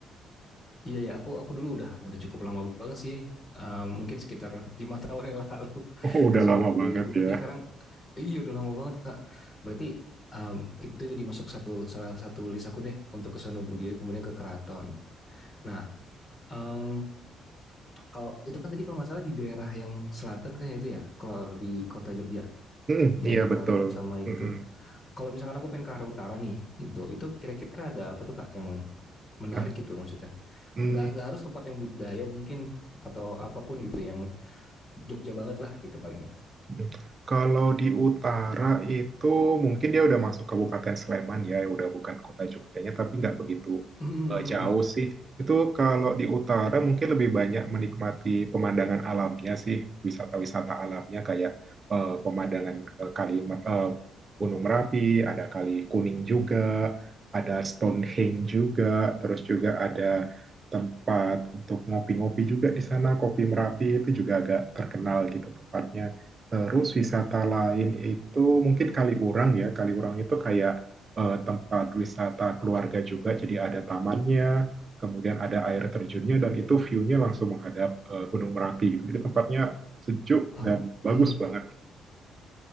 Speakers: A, on the left; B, on the right.
A: Iya ya, aku aku dulu udah udah cukup lama banget sih. Eh, mungkin sekitar lima <laughs> tahun yang lalu
B: Oh, udah
A: ke Sono
B: lama
A: Budoyo.
B: banget
A: Berarti
B: ya.
A: sekarang iya udah lama banget Kak. Berarti Um, itu jadi masuk satu salah satu list aku deh untuk ke Sono Budoyo kemudian ke Keraton. Nah, em, kalau itu kan tadi kalau nggak salah di daerah yang selatan kan ya itu ya, kalau di kota Jogja
B: hmm
A: yang
B: iya
A: keraton
B: betul.
A: sama itu.
B: Mm-mm.
A: Kalau misalkan aku pengen ke arah utara nih, gitu, itu kira-kira ada apa tuh Kak yang menarik
B: Nah,
A: gitu maksudnya?
B: mm,
A: Nggak nggak harus tempat yang budaya mungkin atau apapun gitu yang Jogja banget lah gitu paling nggak.
B: Hmm. Kalau di utara itu mungkin dia udah masuk Kabupaten Sleman ya, ya udah bukan kota Jogjanya, tapi nggak begitu
A: <laughs>
B: eh, jauh sih. Itu kalau di utara mungkin lebih banyak menikmati pemandangan alamnya sih, wisata-wisata alamnya kayak eh, pemandangan eh, kali eh, Gunung Merapi, ada Kali Kuning juga, ada Stonehenge juga, terus juga ada tempat untuk ngopi-ngopi juga di sana, Kopi Merapi itu juga agak terkenal gitu tempatnya. Terus wisata lain itu mungkin Kaliurang ya. Kaliurang itu kayak eh, tempat wisata keluarga juga. Jadi ada tamannya, kemudian ada air terjunnya dan itu view-nya langsung menghadap eh, Gunung Merapi gitu. Jadi tempatnya sejuk dan
A: Oke,
B: bagus banget.